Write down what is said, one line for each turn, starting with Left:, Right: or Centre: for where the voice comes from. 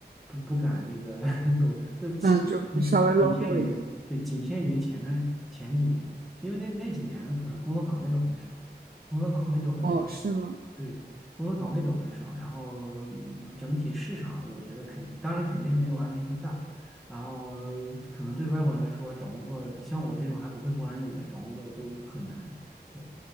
Centre: 不不敢那个 <laughs> 狗，就其嗯仅限于对仅限于前段前几年，
Right: 嗯，就比稍微落后一点。
Centre: 因为那那几年可能工作岗位都很少，工作岗位都很少，
Right: 哦，是吗？
Centre: <laughs> 对，工作岗位都很少，然后嗯整体市场我觉得肯当然肯定是没有阿联酋大，然后可能对外国人来说找工作，像我这种还不会波兰语的找工作都很难。对。